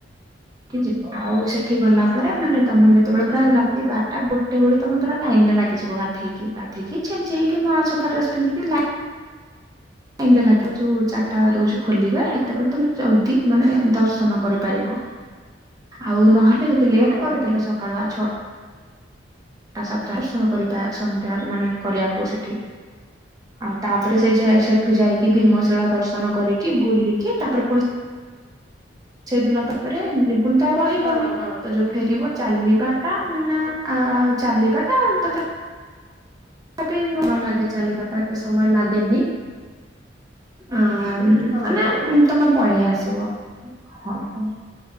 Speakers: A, on the right (about 20°); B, on the left (about 45°).
A: କି ଯିବା ଆଉ ସେଠି ଗଲା
B: ହଁ
A: ପରେ
B: ହଁ
A: ମାନେ ତମେ ଯେତେବେଳେ ପ୍ରାୟ ରାତି ବାରଟା ଗୋଟେ ଗୋଟେ ବେଳୁ ତମେ ପୁରା ଲାଇନ ରେ ଲାଗଯିବ ଗାଧେଇକି ଗାଧେଇକି ଛିଞ୍ଚି ହେଇକି ନୂଆ ସଫା ଡ୍ରେସ ପିନ୍ଧିକି ଲାଇନ <inaudible> ଲାଗିବ ଯୋଉ ଚାରିଟା ରହୁଛି ଖୋଲିବା ସେତେବେଳେ ତମେ ଜଲଦି ମାନେ ଦର୍ଶନ କରିପାରିବ। ଆଉ ନହେଲେ ଯଦି ଲେଟ୍
B: ହଁ
A: କରିଦେଲେ
B: ହଁ
A: ସକାଳୁଆ ଛ ତା ସାତା ଦର୍ଶନ କରିବା ସନ୍ଧ୍ୟା ମାନେ କରିବାକୁ ସେଠି ଆଉ ତାପରେ ସେ ଯାଇ ସେଠୁ ଯାଇକି
B: ହଁ।
A: ଭୀମଶିଳା ଦର୍ଶନ କରିକି ବୁଲିକି ତାପରେ ପୁଣି ସେଇଦିନ ତାପରେ ବି ପୁଣି ତ ଆଉ ରହିବନି
B: ହଁ ହଁ
A: ତ ଯୋଉ ଫେରିବ ଚାଲିବାଟା ନାଁ ଆ ଚାଲିବାଟା ତଥା ତଥାପି ନୂଆ ଲାଗେ ଚାଲିିବାଟା ଏତେ ସମୟ ଲାଗେନି। ଆଁ
B: ହଁ
A: ମାନେ
B: ହଁ ହଁ
A: ତମେ ପଳେଇ ଆସିବ ହଁ।